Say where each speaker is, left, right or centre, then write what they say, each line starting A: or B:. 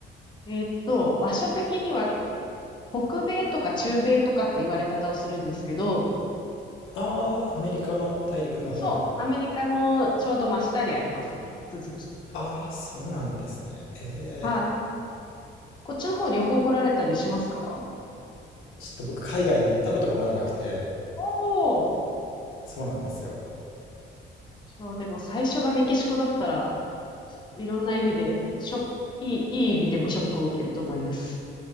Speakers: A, on the left; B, on the left.
A: ん。えーっと、場所的には北米とか中米とかって言われ方をするんですけど、
B: ああ、アメリカの大陸の方の。
A: そう、アメリカのちょうど真下にあります。引き続き。
B: ああ、そうなんですね。ええ、
A: はい。こっちの方旅行来られたりしますか
B: ちょっと僕海外に行ったことがまだなくて、
A: おおー。
B: そうなんですよ。
A: そう、でも最初がメキシコだったら、いろんな意味で、ショック、いい、いい意味でもショックを受けると思います。